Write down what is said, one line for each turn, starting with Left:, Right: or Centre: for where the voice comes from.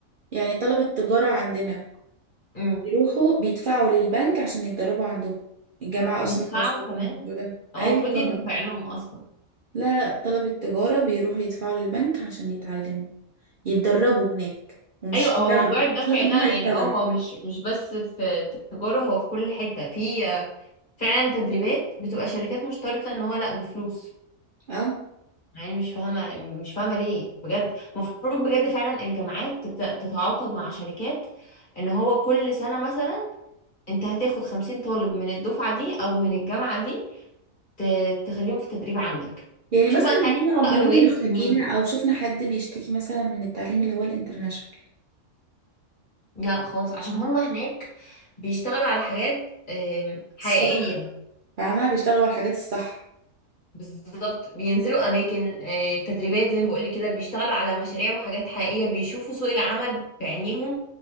Right: يعني طلبة تجارة عندنا
Left: امم
Right: يروحوا بيدفعوا للبنك عشان يتدربوا عندهم الجامعة أصلا
Left: يدفعوا
Right: ملهاش دعوة
Left: كمان
Right: بالموضوع ده
Left: هو
Right: أيوة
Left: المفروض
Right: طبعا
Left: يدفع لهم اصلا
Right: لا لا، طلبة تجارة بيروحوا يدفعوا للبنك عشان يتعلموا يتدربوا هناك ومش
Left: ايوه
Right: يشتغلوا
Left: هو موضوع الدفع
Right: مش شرط إن
Left: ده
Right: هما
Left: يعني
Right: يشتغلوا
Left: اه هو مش مش بس في تجارة هو في كل حتة في آه، فعلا تدريبات بتبقى شركات مشترطة ان هو لا بفلوس
Right: أه
Left: يعني مش فاهمة مش فاهمة ليه بجد المفروض بجد فعلا الجامعات تبدأ تتعاقد مع شركات ان هو كل سنة مثلا انت هتاخد خمسين طالب من الدفعة دي او من الجامعة دي ت- تخليهم في تدريب عندك
Right: يعني
Left: شوف
Right: مثلا
Left: بقى انت عايز
Right: ليه
Left: تحط
Right: عمرنا
Left: اولوياتك
Right: ما اشتكينا
Left: لمين
Right: أو شفنا حد بيشتكي مثلا من التعليم اللي هو الانترناشونال
Left: لا خالص عشان هما هناك بيشتغلوا على حاجات آم، حقيقية
Right: الصح فاهمة بيشتغلوا على الحاجات الصح
Left: بالظبط بينزلوا اماكن آه، تدريبات زي ما بقول كده بيشتغلوا على مشاريع وحاجات حقيقيه بيشوفوا سوق العمل بعينيهم